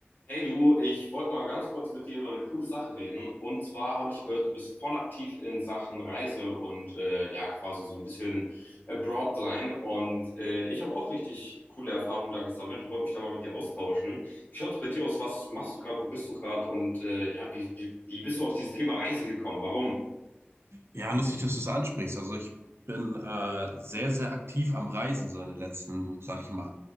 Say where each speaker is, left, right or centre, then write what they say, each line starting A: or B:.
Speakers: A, on the left; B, on the right.
A: Hey du, ich wollte mal ganz kurz mit dir über eine coole Sache reden. Und zwar habe ich gehört, du bist voll aktiv in Sachen Reise und äh, ja, quasi so ein bisschen abroad sein. Und äh, ich habe auch richtig coole Erfahrungen da gesammelt und wollte mich da mal mit dir austauschen. Wie schaut's bei dir aus? Was machst du gerade? Wo bist du gerade? Und äh, ja, wie, wie, wie bist du auf dieses Thema Reisen gekommen? Warum?
B: Ja, lustig, dass du es ansprichst. Also ich bin äh, sehr, sehr aktiv am Reisen, so in den letzten, sag ich mal,